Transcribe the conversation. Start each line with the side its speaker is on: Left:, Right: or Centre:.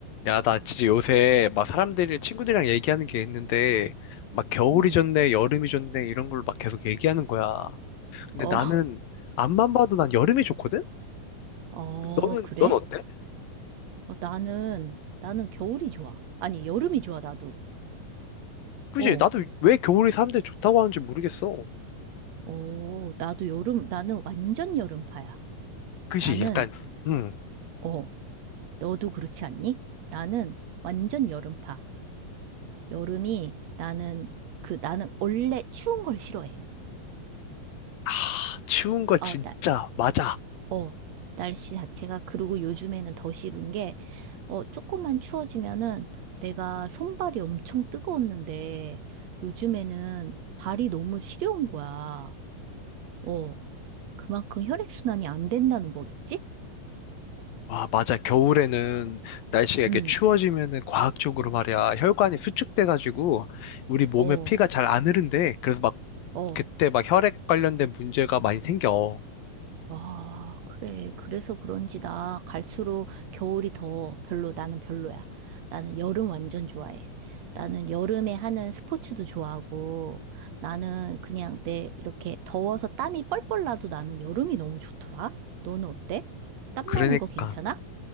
Left: 야, 나 진짜 요새 막 사람들이 친구들이랑 얘기하는 게 있는데 막 겨울이
Right: 음.
Left: 좋네, 여름이 좋네 이런 걸 막 계속 얘기하는 거야. 근데
Right: 어,
Left: 나는
Right: <laughs>
Left: 앞만 봐도 난 여름이 좋거든?
Right: 어,
Left: 너는
Right: 그래?
Left: 넌 어때?
Right: 어, 나는, 나는 겨울이 좋아. 아니, 여름이 좋아, 나도.
Left: 그지?
Right: 어,
Left: 나도 왜 겨울이 사람들이 좋다고 하는지 모르겠어.
Right: 어, 나도 여름, 나는 완전 여름파야.
Left: 그지?
Right: 나는,
Left: 약간 음.
Right: 어, 너도 그렇지 않니? 나는 완전 여름파. 여름이, 나는, 그, 나는 원래 추운 걸 싫어해.
Left: 아, 추운 거 진짜
Right: 어, 나,
Left: 맞아.
Right: 어, 날씨 자체가, 그리고 요즘에는 더 싫은 게, 어, 조금만 추워지면은 내가 손발이 엄청 뜨거웠는데, 요즘에는 발이 너무 시려운 거야. 어, 그만큼 혈액순환이 안 된다는 거겠지?
Left: 와, 맞아. 겨울에는 날씨가 이렇게
Right: 응,
Left: 추워지면은 과학적으로 말이야. 혈관이 수축돼가지고 우리 몸에
Right: 어,
Left: 피가 잘 안 흐른대. 그래서 막
Right: 어.
Left: 그때 막 혈액 관련된 문제가 많이 생겨.
Right: 아, 그래. 그래서 그런지 나 갈수록 겨울이 더 별로, 나는 별로야. 나는 여름 완전 좋아해. 나는 여름에 하는 스포츠도 좋아하고, 나는 그냥 내 이렇게 더워서 땀이 뻘뻘 나도 나는 여름이 너무 좋더라. 너는 어때? 땀
Left: 그러니까
Right: 나는 거 괜찮아?